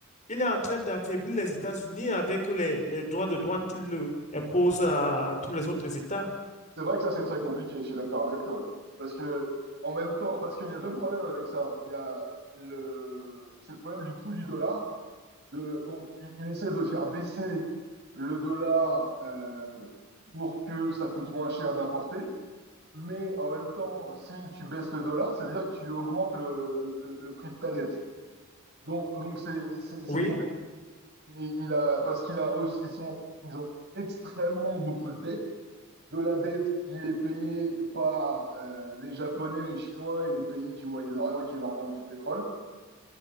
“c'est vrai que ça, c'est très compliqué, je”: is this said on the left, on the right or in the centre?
Right